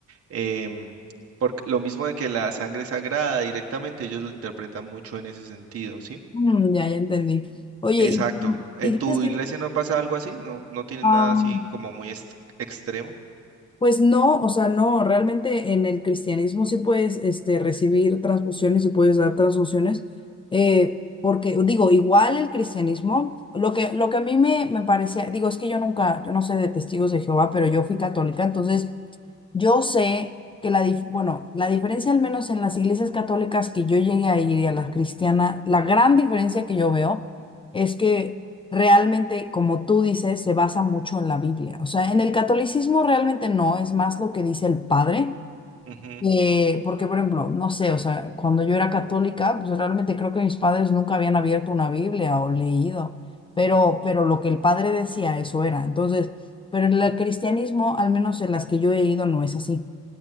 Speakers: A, on the right; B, on the left.
A: Em, por lo mismo de que la sangre es sagrada, directamente ellos lo interpretan mucho en ese sentido, ¿sí?
B: Mm, ya, ya entendí. Oye,
A: Exacto.
B: y,
A: ¿En
B: y dices
A: tu
B: que,
A: iglesia no pasa algo así? ¿No, no tienen
B: ah,
A: nada así como muy ex- extremo?
B: pues no, o sea, no, realmente en el cristianismo sí puedes, este, recibir transfusiones y puedes dar transfusiones, eh, porque digo, igual el cristianismo, lo que, lo que a mí me, me parecía, digo, es que yo nunca, yo no sé de testigos de Jehová, pero yo fui católica, entonces... Yo sé que la, dif- bueno, la diferencia al menos en las iglesias católicas que yo llegué a ir y a las cristianas, la gran diferencia que yo veo es que realmente, como tú dices, se basa mucho en la Biblia. O sea, en el catolicismo realmente no, es más lo que dice el padre.
A: Ujú.
B: eh, porque, por ejemplo, no sé, o sea, cuando yo era católica, pues realmente creo que mis padres nunca habían abierto una Biblia o leído, pero, pero lo que el padre decía, eso era. Entonces, pero en el cristianismo, al menos en las que yo he ido, no es así.